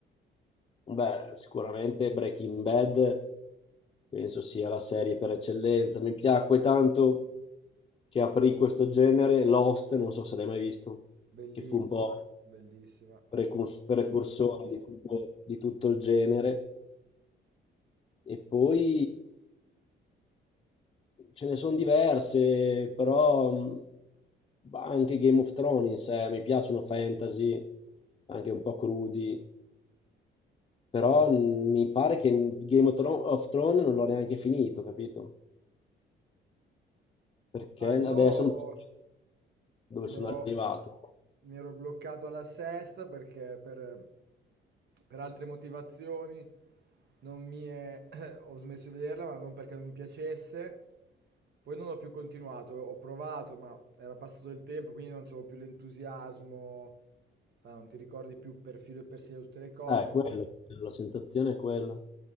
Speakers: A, on the left; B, on the right.
A: Beh, sicuramente Breaking Bad penso sia la serie per eccellenza. Mi piacque tanto che aprì questo genere, Lost, non so se l'hai mai visto,
B: Bellissima,
A: che fu un po'
B: bellissima.
A: precurs- precursore di tutto, di tutto il genere. E poi ce ne sono diverse, però mh, anche Game of Thrones in sé, mi piacciono fantasy, anche un po' crudi, però mh, mi pare che Game of Thro- of Thrones non l'ho neanche finito, capito? Perché
B: Ah,
A: adesso
B: io
A: non ti- dove
B: mi
A: sono
B: ero,
A: arrivato.
B: mi ero bloccato alla sesta perché per, per altre motivazioni non mi è- <clears throat> ho smesso di vederla, ma non perché non mi piacesse. Poi non ho più continuato, ho provato, ma era passato il tempo, quindi non c'avevo più l'entusiasmo, sai, non ti ricordi più per filo e per segno tutte le cose.
A: Eh, quello, la sensazione è quella.